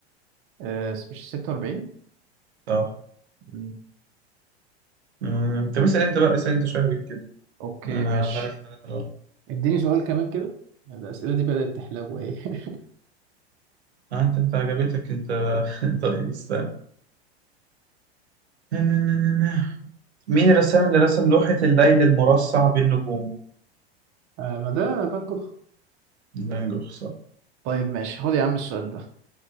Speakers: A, on the right (about 40°); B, on the right (about 80°).
A: آه، مش 46
B: آه.
A: مم.
B: مم. طب اسال انت بقى اسال انت شويه حبيبي كده
A: اوكي
B: انا
A: ماشي
B: عمال اسال انا بقى
A: اديني سؤال كمان كده الأسئلة دي بدأت تحلو ايه <laughs>
B: آه، انت انت عجبتك انت <laughs> طيب استنى <laughs> مين الرسام اللي رسم لوحة الليل المرصع بالنجوم؟
A: آه، ما ده فان جوخ
B: فان جوخ صح
A: طيب ماشي خد يا عم السؤال ده